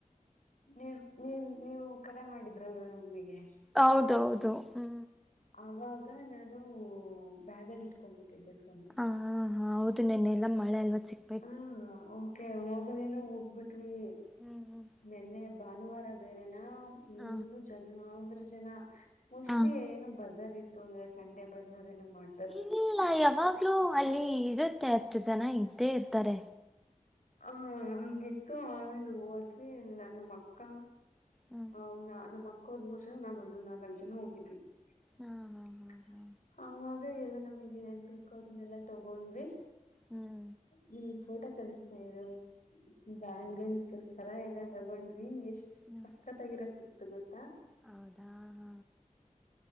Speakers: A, on the left; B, in the centre.
A: ನೀವ ನೀ ನೀವು ಕರೆ ಮಾಡಿದ್ರಲ್ವ ನಮಿಗೆ.
B: ಹೌದೌದು ಹ್ಮ
A: ಆವಾಗ ನಾನು ಬ್ಯಾಗಲ್ಲಿ ಇಟ್ಕೊಂಡ್ಬಿಟ್ಟಿದ್ದೆ ಫೋನ್.
B: ಹ ಹಾ ಹೌದು ನೆನ್ನೆಲ್ಲ ಮಳೆ ಅಲ್ವ ಸಿಕ್
A: ಹಾ ಓಕೆ ಹೋಗದೇನ ಹೋಗ್ಬಿಟ್ವಿ.
B: ಹ್ಮ್ ಹ್ಮ್
A: ನೆನ್ನೆ ಭಾನುವಾರ ಬೇರೆನಾ ಇನ್ನು
B: ಹ
A: ಜನ ಅಂದ್ರೆ ಜನ. ಮೋಸ್ಟ್ಲಿ
B: ಹ
A: ಏನು ಬಜಾರ್ ಇತ್ತು ಅಂದ್ರೆ ಸಂಡೆ ಬಜಾರ್ ಏನು ಮಾಡ್
B: ಇಲ್ಲ್ಲ ಯಾವಾಗ್ಲೂ ಅಲ್ಲಿ ಇರುತ್ತೆ ಅಷ್ಟು ಜನ ಇದ್ದೆ ಇರ್ತಾರೆ.
A: ಹಾ ಹಂಗಿತ್ತು ಆಮೇಲ್ ಹೋದ್ವಿ ಎಲ್ಲ ನಮ್ಮ ಅಕ್ಕ.
B: ಹ್ಮ್
A: ಹ್ ನಮ್ ಅಕ್ಕ ಅವ್ರ್ ಮೂರ್ ಜನ ನಾ ಒಬ್ರು ನಾಲ್ಕು ಜನ ಹೋಗಿದ್ವಿ.
B: ಹಾ ಹಾ
A: <unintelligible>
B: ಹಾ ಹಾ
A: ಹ ಈಗ ಎಲ್ಲ ನಮಿಗ್ ಏನ್ಬೇಕೋ ಅದನ್ನೆಲ್ಲಾ ತಗೊಂಡ್ವಿ.
B: ಹ್ಮ್.
A: ಹ್ಮ್ ಫೋಟೋ ಕಲಸ್ತೆನಿ ಇರು. ಬ್ಯಾಂಗಲ್ಸು ಸರಾ ಎಲ್ಲ ತಗೊಂಡ್ವಿ ಎಷ್ಟ
B: ಹ್ಮ್
A: ಸಕ್ಕತ್ ಆಗಿರೋದ ಸಿಕ್ತು ಗೊತ್ತಾ.
B: ಹೌದಾ ಹಾ.